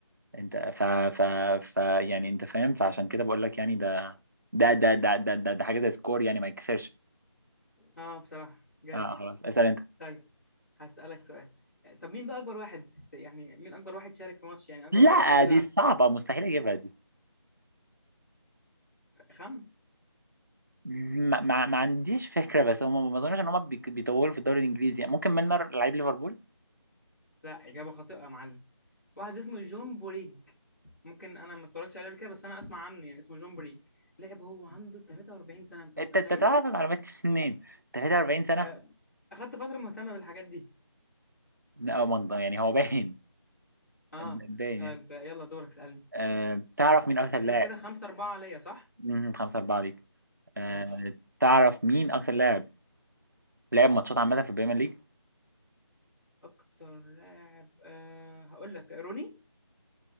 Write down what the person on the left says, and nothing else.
اه بصراحة جامد
طيب هسألك سؤال طب مين بقى أكبر واحد يعني مين أكبر واحد شارك في ماتش يعني أكبر
واحد فضل يلعب
خم
لا إجابة خاطئة يا معلم واحد اسمه جون بوريج ممكن أنا ما اتفرجتش عليه قبل كده بس أنا أسمع عنه يعني اسمه جون بوريج لعب هو عنده 43 سنة أنت
متخيل
آه، أخدت فترة مهتمة بالحاجات دي
أه
طيب
يلا دورك اسألني
إحنا كده خمسة أربعة ليا صح؟
ماشي
أكتر لاعب أه هقول لك روني